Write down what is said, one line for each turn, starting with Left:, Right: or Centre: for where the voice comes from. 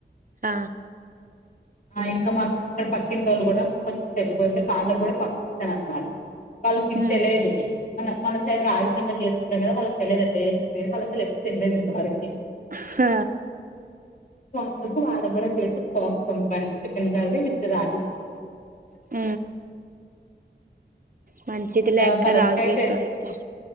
Right: ఆ
Left: ఆ ఇంకా మాకు ఇక్కడ పక్కింటోళు కూడా మాకు కొంచెం తెలుగు ఉండి వాళ్ళకి కూడా పంపిస్తాను అనమాట వాళ్ళకితెలిదు
Right: ఉమ్
Left: మన మన సైడ్ రాగిసంగటి చేసుకుంటాం కదా వాళ్ళకి తెలిదు ఎట్లా చే వాళ్ళ అసలు ఎ తినలేదు ఇంత వరకి
Right: హ
Left: సో అందుకు వాళ్ళకు కూడా చేసి ఒక బాక్స్ పంపాను చికెన్ కర్రీ విత్ రాగి సంగటి
Right: ఊ మంచిదిలే
Left: ఇంకా
Right: అక్క
Left: పనసకాయ
Right: రాగితో
Left: తె
Right: అయితే